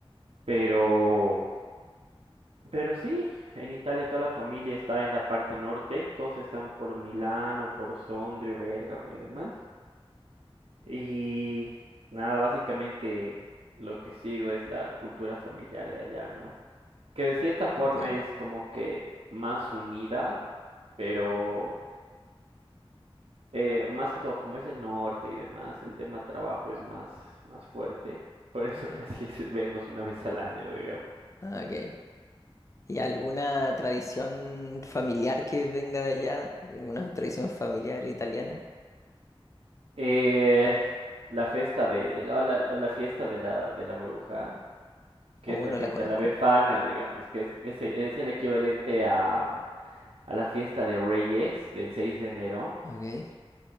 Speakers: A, on the right; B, on the left.
A: Pero, pero sí, en Italia toda la familia está en la parte norte, todos están por Milano, por Sondrio, Bérgamo y demás. Y nada, básicamente lo que sigo es la cultura familiar de allá, ¿no? que de cierta forma
B: Entiendo.
A: es como que más unida, pero eh, más que todo, como es el norte y demás, el tema trabajo es más, más fuerte. Por eso
B: Ok.
A: <laughs> casi es vernos una vez al año, digamos.
B: Ah, ok. ¿Y alguna tradición familiar que venga de allá? ¿Alguna tradición familiar italiana?
A: Eh, la fiesta de la, la- la fiesta de la, de la bruja, que
B: ¿O
A: es la
B: no
A: fiesta
B: la conozco?
A: de la befana, digamos, que es, es es el equivalente a, a la fiesta de Reyes del 6 de enero.
B: Ok.